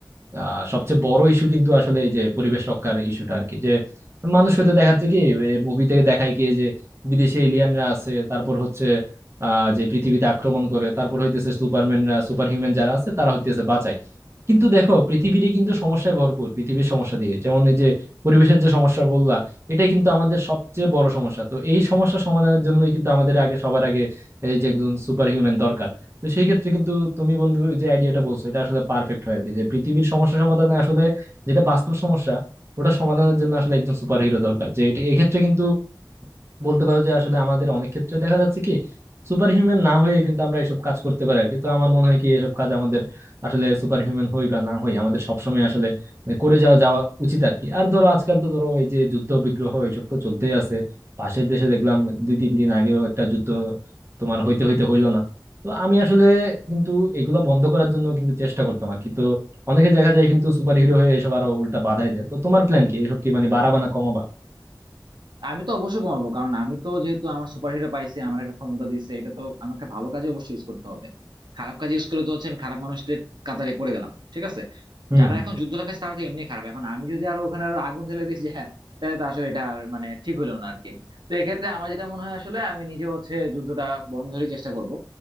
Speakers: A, on the right; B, on the right.
A: আহ, সবচেয়ে বড় ইস্যু কিন্তু আসলে এই যে পরিবেশ রক্ষার ইস্যুটা আর কি যে মানুষ হয়তো দেখাচ্ছে কি মুভি থেকে দেখায় গিয়ে যে বিদেশে এলিয়ানরা আছে তারপর হচ্ছে আহ যে পৃথিবীতে আক্রমণ করে তারপর হইতেছে সুপারম্যানরা সুপার হিউম্যান যারা আছে তারা হইতেছে বাঁচায় কিন্তু দেখো পৃথিবীরই কিন্তু সমস্যায় ভরপুর পৃথিবীর সমস্যা দিয়ে যেমন এই যে পরিবেশের যে সমস্যা বললা এটা কিন্তু আমাদের সবচেয়ে বড় সমস্যা তো এই সমস্যা সমাধানের জন্যই কিন্তু আমাদের আগে সবার আগে এই যে একজন সুপার হিউম্যান দরকার তো সেই ক্ষেত্রে কিন্তু তুমি বন্ধু যে আইডিয়াটা বলছো এটা আসলে পারফেক্ট হয় আর কি যে পৃথিবীর সমস্যা সমাধানে আসলে যেটা বাস্তব সমস্যা ওটা সমাধানের জন্য আসলে একজন সুপার হিরো দরকার যে এটি- এক্ষেত্রে কিন্তু বলতে পারো যে আসলে আমাদের অনেক ক্ষেত্রে দেখা যাচ্ছে কি সুপার হিউম্যান না হয়ে কিন্তু আমরা এসব কাজ করতে পারি আর কি তো আমার মনে হয় কি এসব কাজ আমাদের আসলে সুপার হিউম্যান হই বা না হই আমাদের সবসময় আসলে মানে করে যাওয়া যাওয়া উচিত আর কি আর ধরো আজকাল তো ধরো এই যে যুদ্ধ বিগ্রহ এইসব তো চলতেই আছে পাশের দেশে দেখলাম দুই তিন দিন আগেও একটা যুদ্ধ তোমার হইতে হইতে হইলো না তো আমি আসলে কিন্তু এগুলা বন্ধ করার জন্য কিন্তু চেষ্টা করতাম আর কি তো অনেকে দেখা যায় কিন্তু সুপার হিরো হয়ে এসব আরো উল্টা বাধাই দেয় তো তোমার প্ল্যান কি এসব কি মানে বাড়াবা না কমাবা
B: আমি তো অবশ্যই ঘুমাবো কারণ আমি তো যেহেতু আমার সুপারহিরো পাইছি আমার একটা ক্ষমতা দিচ্ছে এটা তো আমাকে ভালো কাজে অবশ্যই ইউজ করতে হবে খারাপ কাজে ইউজ করলে তো হচ্ছে আমি খারাপ মানুষদের কাতারে পড়ে গেলাম ঠিক আছে
A: হুম
B: যারা
A: হুম
B: এখন যুদ্ধ লাগাচ্ছে তারা তো এমনি খারাপ এখন আমি যদি আরো ওখানে আরো আগুন ঢেলে দিই যে হ্যাঁ তাহলে তো আসলে এটা আর মানে ঠিক হইলো না আরকি তো এক্ষেত্রে আমার যেটা মনে হয় আসলে আমি নিজে হচ্ছে যুদ্ধটা বন্ধেরই চেষ্টা করব